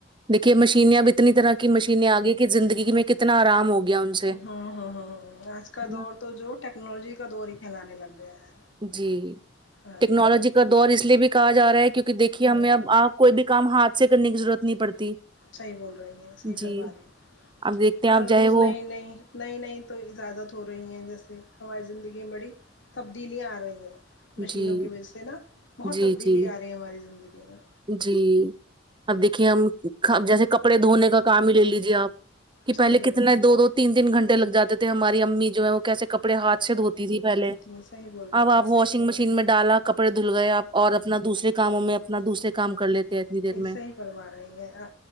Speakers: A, on the right; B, on the left.
A: دیکھیے مشینے اب اتنی ترقی کی مشینیں آگئی ذ ندگی میں کی اتنا آرام ہو گیا ان سے
B: ہاں ہاں ہاں آج
A: ہے
B: کا دور
A: نا
B: تو جو ٹیکنالوجی کا دور ہی کھیلانے لگ گیا ہے
A: جی
B: ہاں
A: ٹیکنالوجی
B: جی
A: کا دور اس لیے بھی کہا جا رہا ہے کیونکہ دیکھیے
B: ہوں
A: ہمیں اب آپ کوئی بھی کام ہاتھ سے کرنے کی ضرورت نہیں پڑتی
B: صحیح بول رہی ہیں صحیح
A: جی
B: فرما رہی
A: اب دیکھتے ہیں
B: ہر
A: آپ چاہے
B: روز
A: وہ
B: نئی نئی نئی نئی تو ایجادات ہو رہی ہیں جیسے ہماری زندگی میں بڑی تبدیلیاں آ رہی ہیں مشینوں
A: جی
B: کی وجہ سے نا بہت
A: جی
B: تبدیلی
A: جی
B: آ رہی ہے ہماری زندگی میں
A: جی اب دیکھیے ہم جیسے کپڑے دھونے کا کام ہی لے لیجے آپ کہ
B: صحیح
A: پہلے
B: بول
A: کتنے
B: رہا ہے
A: دو تین تین گنٹے لگ جاتے تھے ہماری امی جو ہے وہ کیسے کپ کپڑے ہاتھ سے دھوتی تھی پہلے
B: تھیں صحیح بول رہی
A: اب آپ
B: ہیں صحیح
A: واشنگ
B: فرما
A: مشین
B: رہی ہیں
A: میں ڈالا کپ کپڑے دھل گئے آپ اور اپنا دوسرے کاموں میں اپنا دوسرے کام کر لیتے ہیں اتنی دیر میں
B: صحیح فرما رہی ہیں